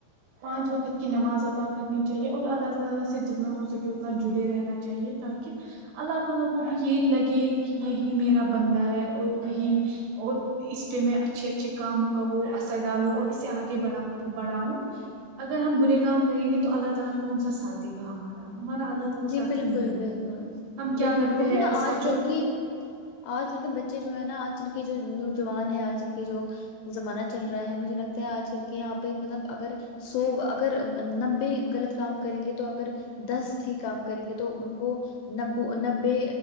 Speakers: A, on the right (about 85°); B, on the left (about 75°).
A: پانچ وقت کی نماز اطا کرنی چاہیے اور اللہ تعالی سے جتنا ہو سکے اتنا جڑے رہنا چاہیے تاکہ اللہ تعالی کو بھی یہ لگے کہ یہی میرا بندہ ہے اور ام اور اس پ میں اچھے اچھے کاموں کا وہ اثر ڈالوں اور اسے آگے بڑھا بڑھاؤں اگر ہم برے کام کریں گے تو اللہ تعالی کون سا ساتھ دے گا ہمارا ہمارا اللہ تعالی
B: جی
A: ساتھ
B: بالکل
A: ہی نہیں دے گا
B: بالکل
A: ہم کیا
B: بالکل
A: کرتے
B: وہی
A: ہیں
B: نا
A: ایسا
B: آج کل
A: جو
B: کی آج کل کے بچے جو ہے نا آج کل کے جو نوجوان ہیں آج کل کے جو زمانہ چل رہا ہے مجھے لگتا ہے آج کل کے یہاں پہ مطلب اگر سو اگر نبے غلط کام کریں گے تو اگر دس ا ہی کام کریں گے تو ان کو نبو نبے